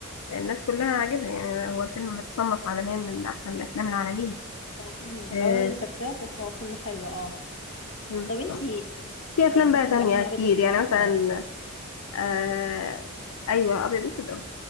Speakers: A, on the left; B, on the left.
A: الناس كلها عاجبها يعني هو الفيلم متصنف عالميا من احسن الافلام العالميه
B: هو فيلم
A: آه.
B: لو أنا اللي فاكراه طب هو فيلم حلو اه
A: مم.
B: طب انتي
A: في
B: ليكي
A: افلام بقى تانية
B: في الأفلام الأبيض
A: كتير
B: وأسود
A: يعني
B: العربي
A: مثلا
B: ولا
A: آه ايوه ابيض واسود اه